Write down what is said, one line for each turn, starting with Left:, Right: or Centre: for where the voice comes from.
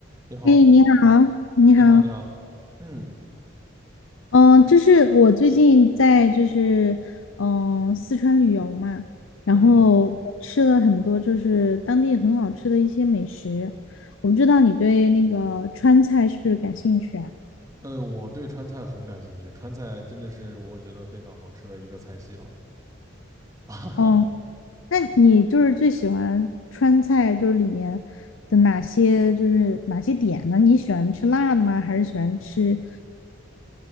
Right: 你好，
Left: 哎，你好，你好，
Right: 你好，你好，嗯
Left: 嗯，就是我最近在就是嗯四川旅游嘛，然后我吃了很多就是当地很好吃的一些美食，
Right: 嗯
Left: 我不知道你对那个川菜是不是感兴趣啊？
Right: 呃，我对川菜很感兴趣，川菜真的是我觉得非常好吃的一个菜系了，<laughs> 啊
Left: 嗯，那你就是最喜欢川菜就是里面的哪些就是哪些点呢？你喜欢吃辣的吗？还是喜欢吃